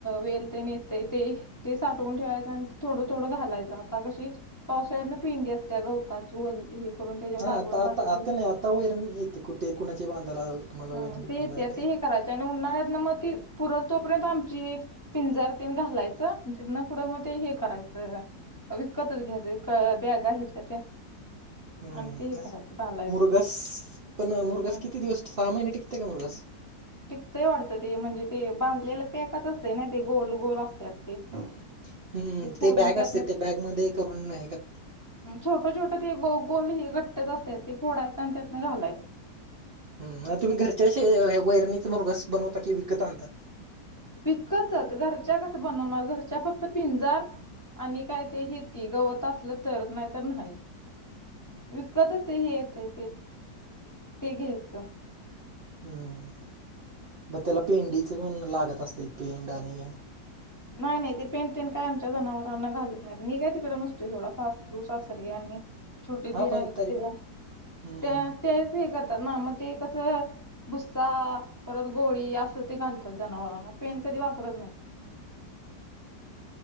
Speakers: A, on the left (about 20°); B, on the right (about 80°).
A: वेल ते नेत य ते ते साठवून ठेवायचं आणि थोडं थोडं घालायचं आता कशी पावसाळ्या तू पिंढी गवता चू हे करून त्याच्यावर
B: हा
A: लागवड
B: आता आता
A: मरली की
B: आता नाही आता वरण येते कुठे कुणाच्या बांधाला तुम्हाला
A: ह
B: वैरण भेटून
A: ते येतीय
B: जाते.
A: ते हे करायचे आहे आणि उन्हाळ्यात ना मग ती पुर तोपर्यंत आमची पिंजारतीन घालायचं आणि तिथन पुढं मध्ये हे करायचं विकतच घ्यायचं बॅग आहेच्या त्या
B: हम्
A: आणि ते हे करायचं घालायचं.
B: मुरगस पण मुरगस
A: हम्म.
B: किती दिवस सहा महिने टिकते का मुरगस?
A: टिकतय वाटतं ते म्हणजे ते बांधलेलं पॅकच असतें ना ते गोल गोल असतात. ते
B: हम्म
A: फोडून
B: ते बॅग
A: त्यातनं
B: असते ते बॅग मध्ये करून नाही का
A: छोटं छोटं ते गो गोल हे घट्टच असतात ते फोडायचं आणि त्यातन घालायचं
B: हम तुम्ही घरच्या वैरणीचा मृगास बनवता की विकत आणता.
A: विकचत घरच्या कसं बनवणार घरच्या फक्त पिंजार आणि काय ते हे की गवत असलं तर नाहीत नाही विकतच ते हे येत ते ते घ्यायचं.
B: हम्म मग त्याला पेंडीच पण लागत असतील पेंड आणि
A: नाही नाही ते पेंट तेेंट काय आमच्या जनावरांना घालत नाहीत मी काय तिकडे नस्तोय थोडा सासरू सासरी आणि छोटी
B: हा
A: दीर
B: पण
A: आहेत
B: तरी
A: ते
B: पण हम्म
A: त्या त्याच हे करतात ना मग ते कसं भुस्सा परत गोळी असं ते घालतात जनावरांना पेन कधी वापरत नाही.